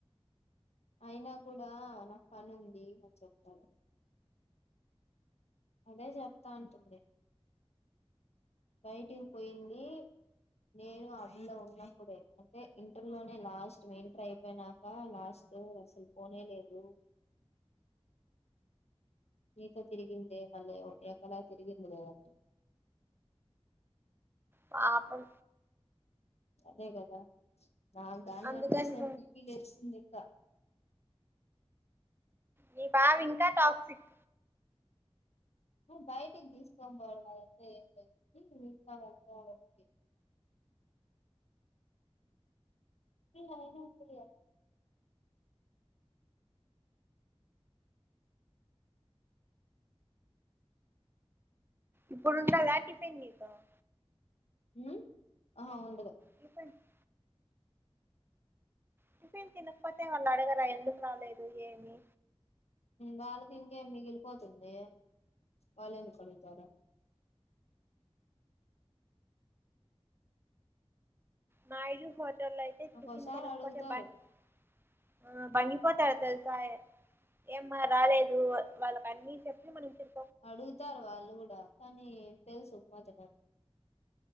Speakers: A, on the left (about 85°); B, on the right (about 20°).
A: అయినా కూడా నాకు పని ఉంది అని చెప్తాడు అదే చెప్తా అంటుంది బయటికి పోయిందీ నేను ఆ పిల్ల ఉన్నప్పుడే అంటే ఇంటర్ లోనే లాస్ట్ ఇంటర్ అయిపోయినాక లాస్ట్ అసలు పోనే లేదు నీతో తిరిగిందె మళ్ళీ ఎక్కడా తిరిగింది లేదంటే
B: పాపం
A: అదే కదా నా గాని
B: అందుకని
A: వాళ్ వస్తె బీపీ లేస్తుంది ఇంకా
B: నీ బావ ఇంకా టాక్సిక్
A: బయటికి తీసుకొని పోడు <inaudible> అదంతా ఏ మీకా వెళ్తా కే ఇయినా స ఎ <unintelligible>
B: ఇప్పుడు ఉండేదా దాటి పందికా <inaudible>
A: మ్.. ఆ ఉండదు
B: ఏమైంది <unintelligible> నువేం తినకపోతే వాళ్ళడగరా ఎందుకు రాలేదు ఏమి
A: వాళ్ళకి ఇంకేం మిగిలిపోతుంది వాళ్ళు ఎందుకు అడుగుతారు
B: మా ఇజ <unintelligible> అయితే
A: ఒక్కోసారి
B: టిఫిన్ తినకపోతే
A: అడుగుతారు
B: ఆ బండికి పోతన తెలుసా ఏమ్మా రాలేదు వాళ్ళకన్నీ చెప్పి మన ఇద్దరు
A: అడుగుతారు వాళ్ళు కూడా కానీ తెలుసు మదని <inaudible>